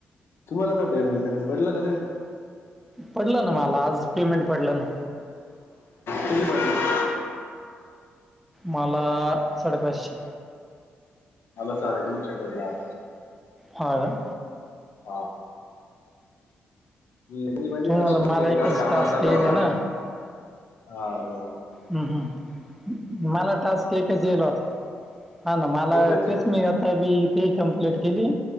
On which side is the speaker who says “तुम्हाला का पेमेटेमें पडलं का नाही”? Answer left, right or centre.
Left